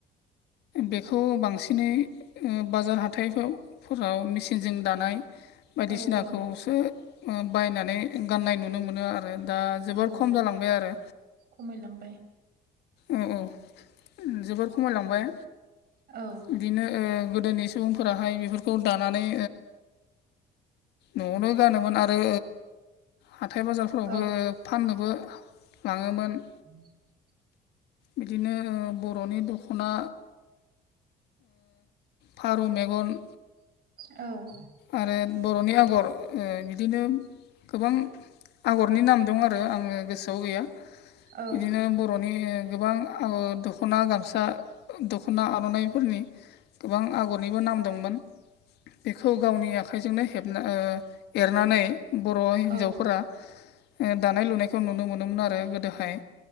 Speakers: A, on the left; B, on the right.
A: बेखौ बांसिनै ओ बाजार हाथाइफोराव मेचिनजों दानाय बायदिसिनाखौसो
B: औ औ
A: बायनानै गाननाय नुनो मोनो आरो। आरो दा जोबोर
B: औ
A: खम जालांबाय आरो।
B: खमायलांबाय
A: औ औ जोबोर खमायलांबाय
B: औ।
A: बिदिनो गोदोनि सुबुंफोराहाय बेफोरखौ दानानै न'आवनो गानोमोन आरो हाथाय बाजारफोरावबो
B: औ
A: फाननोबो लाङोमोन।
B: ह
A: बिदिनो बर'नि दख दख'ना, फारौ मेगन,
B: औ
A: आरो बर'नि आगर ओ बिदिनो गोबां आगरनि नाम दं आरो आङो गोसोआव गैया
B: औ
A: बिदिनो ब बर'नि गोबां आगर दख'ना गामसा दख'ना आर'नाइफोरनि गोबां आगरनिबो नाम दंमोन बेख खौ गावनि आखाइजोंनो हेबना ओ एरनानै बर'
B: औ
A: हिन्जावफोरा ओ दानाय लुनायखौ नुनो मोनोमोन आरो गोदोहाय